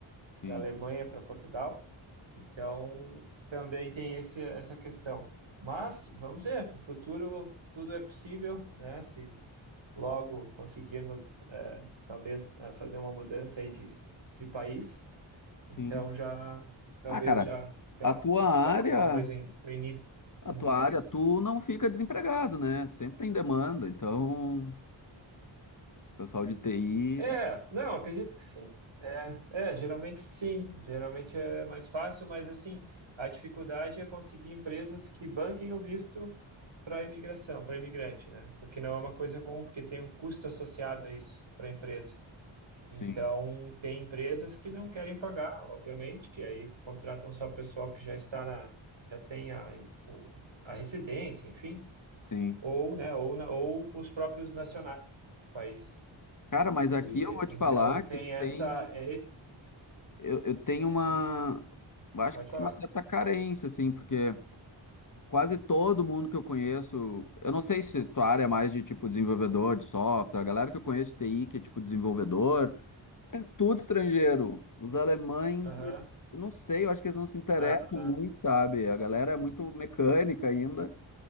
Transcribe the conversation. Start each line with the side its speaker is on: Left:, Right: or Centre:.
Left: Sim,
Right: da Alemanha para Portugal. Então, também tem esse, essa questão. Mas vamos ver, para o futuro tudo é possível, né? Se logo conseguirmos, eh, talvez, eh, fazer uma mudança aí de, de país,
Left: sim.
Right: então já, talvez
Left: Ah, cara,
Right: já, sei
Left: a
Right: lá,
Left: tua área,
Right: faça uma coisa em, no início
Left: a
Right: em
Left: tua
Right: inglês
Left: área, tu não fica desempregado, né? Sempre tem demanda. Então, pessoal de TI,
Right: É, não, acredito que sim. É, é, geralmente sim. Geralmente é mais fácil, mas assim, a dificuldade é conseguir empresas que banquem o visto para imigração, para imigrante, né? Porque não é uma coisa comum, porque tem um custo associado a isso para a empresa.
Left: sim,
Right: Então, tem empresas que não querem pagar, obviamente, e aí contratam só o pessoal que já está na, já tem a, o- a residência, enfim,
Left: sim.
Right: ou, né, ou, na, ou os próprios nacionais do país.
Left: Cara, mas
Right: E
Left: aqui eu vou
Right: então
Left: te falar que
Right: tem
Left: tem,
Right: essa. é esse-
Left: eu, eu tenho uma, eu acho
Right: pode
Left: que tem
Right: falar.
Left: uma certa carência, assim, porque Quase todo mundo que eu conheço, eu não sei se tua área é mais de tipo desenvolvedor de software, a galera que eu conheço de TI, que é tipo desenvolvedor, é tudo estrangeiro. Os alemães,
Right: Aham.
Left: eles- eu não sei, eu acho que eles não se interessam
Right: Ah,
Left: muito, sabe? A galera é muito mecânica ainda,